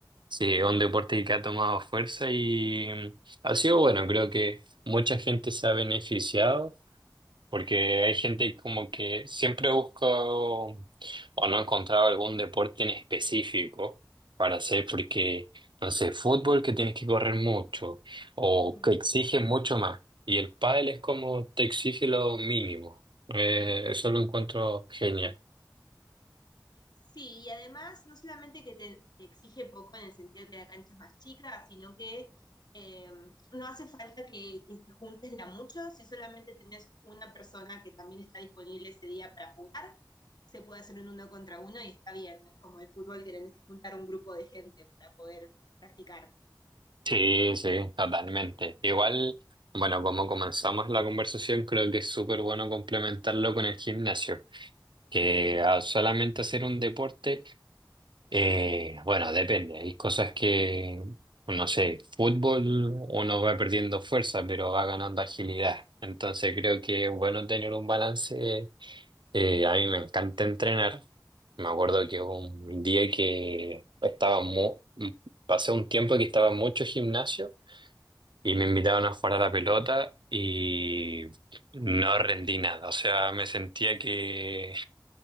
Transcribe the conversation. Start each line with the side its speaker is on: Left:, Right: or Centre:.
Right: sí, es un deporte que ha tomado fuerza y mm, ha sido bueno, creo que mucha gente se ha beneficiado porque hay gente como que siempre busca o no ha encontrado algún deporte en específico para hacer, porque, no sé, fútbol que tienes que correr mucho o
Left: <laughs>
Right: que exige mucho más. Y el pádel es como te exige lo mínimo. Eh, eso lo encuentro genial.
Left: Sí, y además no solamente que te, te exige poco en el sentido de que la cancha es más chica, sino que eh, no hace falta que, que te juntes de a muchos, si solamente tenés una persona que también está disponible ese día para jugar, se puede hacer un uno contra uno y está bien, no es como el fútbol que tenés que juntar un grupo de gente para poder practicar.
Right: Sí, sí, totalmente. Igual, bueno, como comenzamos la conversación, creo que es súper bueno complementarlo con el gimnasio, que
Left: Mm.
Right: a solamente hacer un deporte. Eh, bueno, depende. Hay cosas que, no sé, fútbol uno va perdiendo fuerza, pero va ganando agilidad. Entonces creo que es bueno tener un balance. Eh, a mí me encanta entrenar. Me acuerdo que hubo un día que estaba mu- pasé un tiempo que estaba mucho gimnasio y me invitaban a jugar a la pelota y no rendí nada. O sea, me sentía que